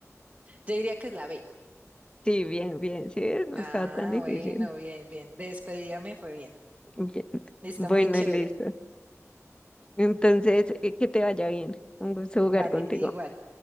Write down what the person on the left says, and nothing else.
sí, bien, bien, sí, ves, no
está tan difícil.
Bien.
Bueno,
listo. Entonces, eh, que te vaya bien. Un gusto jugar
contigo.